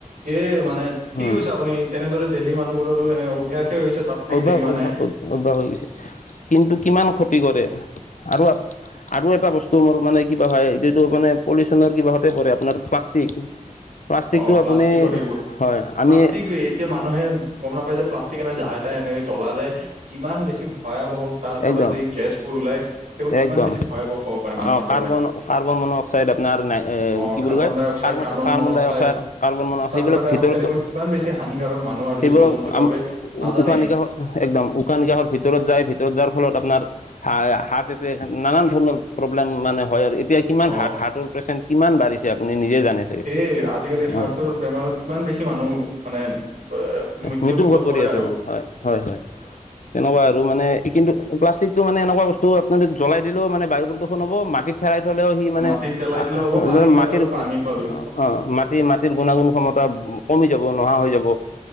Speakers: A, on the right; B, on the left.
A: এ মানে ঠিকে
B: উম,
A: কৈছে আপুনি তেনেদৰে দেলহি মানুহবোৰৰো এনে অভ্যাসে হৈ গৈছে তাত। থাকি
B: অভ্যাস
A: থাকি
B: -অভ্যাস-অভ
A: মানে
B: -অভ্যাস হৈ গৈছে কিন্তু কিমান ক্ষতি কৰে আৰু আৰু এটা বস্তু মোৰ মানে কিবা হয় এইটোতো মানে পলিউচনৰ কিবা হতে পৰে আপোনাৰ প্লাষ্টিক। প্লাষ্টিকটো
A: অ, প্লাষ্টিকৰ
B: আপুনি
A: এইবোৰ
B: হয় আমি
A: প্লাষ্টিক এতিয়া মান মানুহে গম নাপায় যে প্লাষ্টিক এনে জাহাই- তাহাই এনেকে জ্বলালে কিমান বেছি ভয়াৱহ তাৰ পৰা
B: একদম
A: যে এই গেছবোৰ ওলাই সেইবোৰ কিমান
B: একদম
A: বেছি ভয়াৱহ হ'ব পাৰে মানুহৰ
B: অ
A: বাব
B: কাৰ্বন- কাৰ্বন মন অক্সাইড আপনাৰ এ
A: অ
B: কি
A: carbon
B: বুলি কয়
A: dioxide
B: carbon -carbon
A: মনক্সাইড
B: ডাই অক্সাইড কাৰ্বন মন অক
A: ছালফাৰ
B: সেইবিলাক
A: ডাই
B: ভিতৰত
A: অক্সাইড এইবোৰ
B: গলে <unintelligible>
A: কিমান বেছি হানিকাৰক মানুহ আৰু
B: সেই
A: জীৱ
B: বিলাক
A: জন্তুৰ
B: আমা
A: বাবে নাজানে
B: উশাহ- নিশাহত অহ, একদম উশাহ নিশাহৰ ভিতৰত যায় ভিতৰত যোৱাৰ ফলত আপনাৰ হা- হাৰ্ট এটেক নানান ধৰণৰ প্ৰব্লেম মানে হয় আৰু এতিয়া কিমান
A: অ
B: হাৰ হাৰ্টৰ পেচেণ্ট কিমান বাঢ়িছে আপুনি নিজে জানে চাগে
A: এ আজিকালি হাৰ্টৰ
B: অঁ
A: বেমাৰত কিমান বেছি মানুহ মানে <unintelligible>
B: মৃত্যু মুখ পৰি
A: পৰে
B: আছে
A: আৰু
B: অ, হয় -হয় -হয়। তেনেকুৱা আৰু মানে কিন্তু প্লাষ্টিকটো মানে এনেকুৱা বস্তু আপনি যদি জ্বলাই দিলেও মানে বায়ু প্ৰদূষণ হব মাটিত ফেৰাই থলেও সি মানে
A: মাটিত
B: <unintelligible>
A: পেলাই দিলেও হ'ব পানীত পেলালেও
B: মাটিৰ
A: পানী প্ৰদূষ
B: অ, মাটি- মাটিৰ গুণাগুণ ক্ষমতা কমি যাব নোহা হৈ যাব।